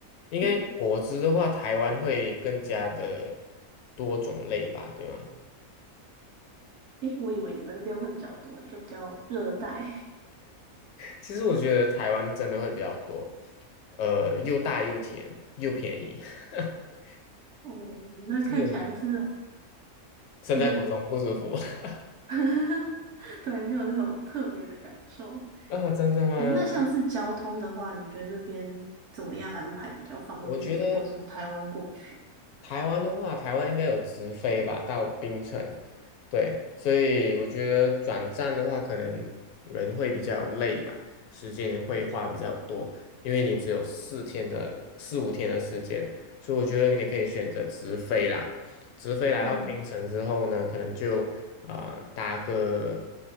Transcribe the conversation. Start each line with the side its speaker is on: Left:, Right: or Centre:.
Left: 应该果汁的话，
Right: 嗯，
Left: 台湾会更加的多种类吧，对吗？
Right: 诶，我以为你们那边会比较多欸，就比较热带。<laughs>
Left: 其实我觉得台湾真的会比较多，呃，又大又甜又便宜，<laughs>
Right: 哦，那看起来是
Left: 是，身在福中不知福。
Right: 是，
Left: <laughs>
Right: <laughs> 对，没有那种特别的感受。
Left: 啊，真的吗？
Right: 诶，那像是交通的话，你觉得那边怎么样安排比较方便？
Left: 我觉得
Right: 如果从台湾过去，
Left: 台湾的话，台湾应该有直飞吧，到槟城。对，所以我觉得转站的话，可能人会比较累嘛，时间会花比较多，因为你只有四天的四五天的时间，所以我觉得你可以选择直飞啦。直飞来到槟城之后呢，
Right: 嗯。
Left: 可能就啊、呃搭个